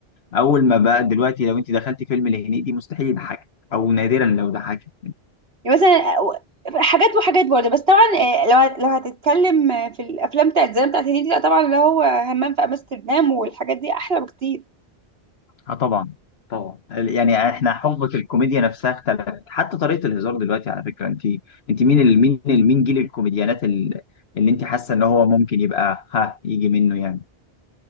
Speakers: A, on the left; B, on the right.
A: اول ما بقى دلوقتي لو انت دخلتي فيلم لهنيدي مستحيل يضحكك او نادرا لو ضحكك
B: يعني مثلا حاجات وحاجات برضه بس طبعا آه، لو هت- لو هتتكلم في الافلام بتاعت زمان بتاعت هنيدي لا طبعا اللي هو همام في امستردام والحاجات دي احلى بكتير
A: اه طبعا طبعا يعني احنا حقبه الكوميديا نفسها اختلفت حتى طريقه الهزار دلوقتي على فكره انت انت مين ال... مين ال... مين جيل الكوميديانات ال- اللي انت حاسه ان هو ممكن يبقى ها يجي منه يعني